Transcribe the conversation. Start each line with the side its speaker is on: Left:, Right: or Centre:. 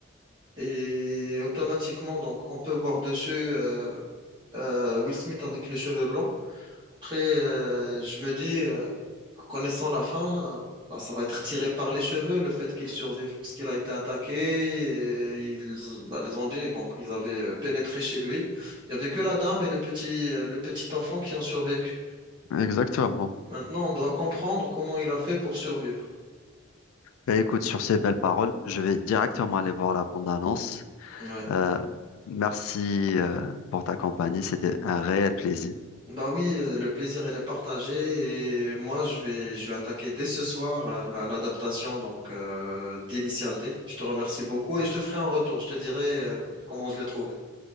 Right: Et automatiquement, donc, on peut voir dessus euh, euh, Will Smith avec les cheveux blancs. Après, euh, je me dis, euh, en connaissant la fin, euh, bah, ça va être tiré par les cheveux, le fait qu'il survive, parce qu'il a été attaqué, et ils- bah, les zombies, donc, ils avaient euh, pénétré chez lui. Il n'y avait que la dame et le petit, euh, le petit enfant qui ont survécu.
Left: Exactement.
Right: Maintenant, on doit comprendre comment il a fait pour survivre.
Left: Bah, écoute, sur ces belles paroles, je vais directement aller voir la bande-annonce.
Right: Ouais.
Left: Euh, merci, euh, pour ta compagnie. C'était un réel plaisir.
Right: Bah oui, euh, le plaisir il est partagé et moi je vais je vais attaquer dès ce soir euh, la- l'adaptation donc euh, d'Initial D. Je te remercie beaucoup et je te ferai un retour. Je te dirai euh, comment je l'ai trouvé.